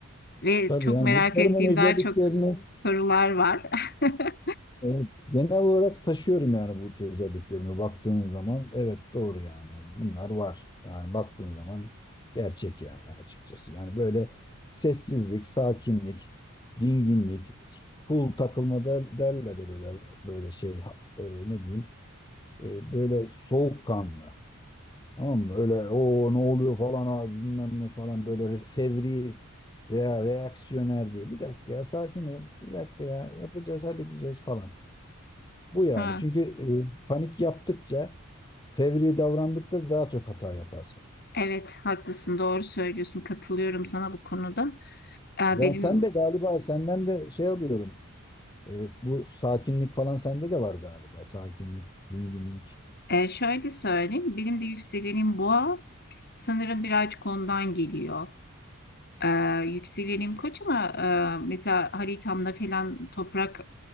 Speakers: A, on the left; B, on the left.
A: Ve
B: Tabii
A: çok
B: yani
A: merak
B: burçlarımın
A: ettiğim
B: özelliklerini
A: daha çok sorular var. <laughs>
B: Evet, genel olarak taşıyorum yani burcu özelliklerimi baktığın zaman evet doğru yani bunlar var yani baktığın zaman gerçek yani açıkçası yani böyle sessizlik sakinlik dinginlik cool takılma der, derler ya böyle böyle şey ha- e, ne diyeyim e, böyle soğukkanlı tamam mı öyle o ne oluyor falan abi bilmem ne falan böyle re- fevri veya reaksiyoner diye bir dakika ya sakin ol bir dakika ya yapacağız halledeceğiz falan. Bu yani.
A: Ha,
B: Çünkü e, panik yaptıkça, fevri davrandıkça daha çok hata yaparsın.
A: evet haklısın doğru söylüyorsun. Katılıyorum sana bu konuda. E,
B: Ben
A: benim
B: sen de galiba senden de şey alıyorum. E, bu sakinlik falan sende de var galiba. Sakinlik, dinginlik.
A: E, şöyle söyleyeyim, benim de yükselenim boğa. Sanırım birazcık ondan geliyor. E, yükselenim koç ama e, mesela haritamda falan toprak